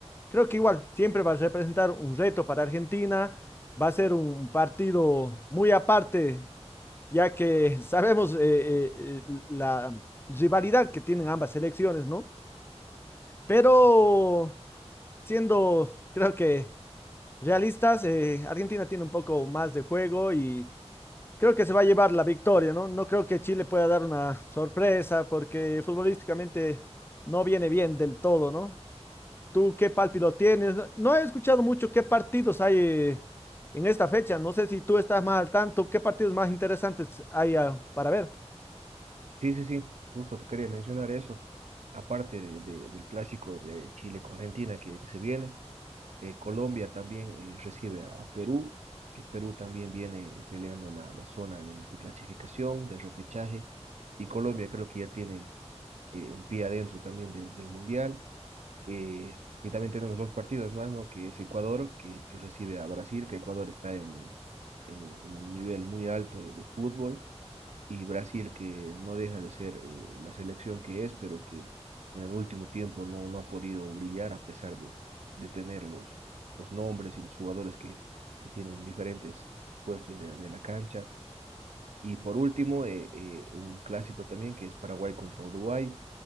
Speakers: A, on the left; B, on the right.
A: creo que igual siempre va a representar un reto para Argentina, va a ser un partido muy aparte, ya que <laughs> sabemos eh, eh, eh, la rivalidad que tienen ambas selecciones, ¿no? Pero siendo, creo que realistas, eh, Argentina tiene un poco más de juego y creo que se va a llevar la victoria, ¿no? No creo que Chile pueda dar una sorpresa porque futbolísticamente no viene bien del todo, ¿no? ¿Tú qué pálpito tienes? No, no he escuchado mucho qué partidos hay eh, en esta fecha. No sé si tú estás más al tanto, qué partidos más interesantes hay ah, para ver.
B: Sí, sí, sí, justo te quería mencionar eso, aparte de- de- del clásico de Chile con Argentina que que se viene. eh, Colombia también eh, recibe a Perú, que Perú también viene peleando la, la zona de, de clasificación, de repechaje, y Colombia creo que ya tiene eh, un pie adentro también de- del Mundial. eh, y también tenemos dos partidos más, ¿no? Que es Ecuador, que, que recibe a Brasil, que Ecuador está en, un, en un- en un nivel muy alto de, de fútbol, y Brasil que no deja de ser eh, la selección que es, pero que en el último tiempo no, no ha podido brillar a pesar de, de tener los, los nombres y los jugadores que, que tienen diferentes puestos de, de la cancha. Y por último, eh, eh, un clásico también que es Paraguay contra Uruguay,